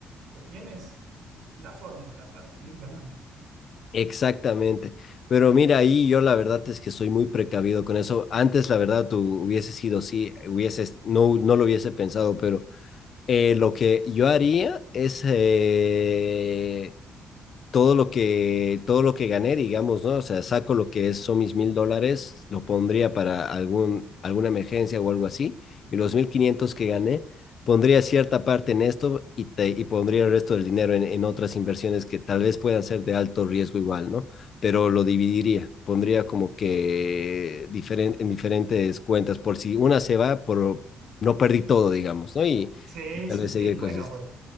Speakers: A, on the right (about 85°); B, on the left (about 55°).
A: que tienes la fórmula para seguir ganando.
B: Exactamente. Pero mira, ahí yo la verdad es que soy muy precavido con eso. Antes, la verdad, tú hubiese sido sí, hubieses, no, no lo hubiese pensado, pero eh, lo que yo haría es eh, todo lo que, todo lo que gané, digamos, ¿no? O sea, saco lo que es, son mis mil dólares, lo pondría para algún, alguna emergencia o algo así, y los mil quinientos que gané, pondría cierta parte en esto y, te, y pondría el resto del dinero en, en, otras inversiones que tal vez puedan ser de alto riesgo igual, ¿no? Pero lo dividiría, pondría como que diferen, en diferentes cuentas, por si una se va, por no perdí todo, digamos, ¿no? Y,
A: Sí,
B: y tal
A: sí,
B: vez
A: sí.
B: seguir
A: Bueno,
B: consistente.
A: pues